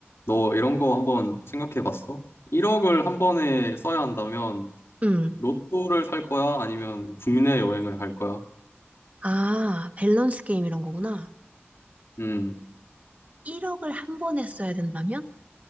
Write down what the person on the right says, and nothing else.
응.
아, 밸런스 게임 이런 거구나.
1억을 한 번에 써야 된다면?